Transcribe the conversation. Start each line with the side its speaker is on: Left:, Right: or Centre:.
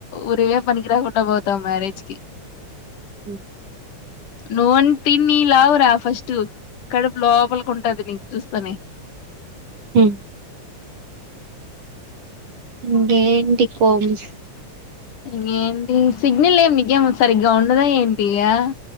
Left: ఉరివే పనికిరాకుండా పోతాం మ్యారేజ్ కి.
Right: ఉ
Left: నువ్వు అన్ తిని లావురా ఫస్ట్ కడుపు లోపలికి ఉంటది నిన్ చూస్తనే.
Right: ఉ ఇంకేంటి కొంచ్
Left: ఇ ఏంటి సిగ్నల్ ఏమికేమో సరిగ్గా ఉండదా ఏంటి ఆ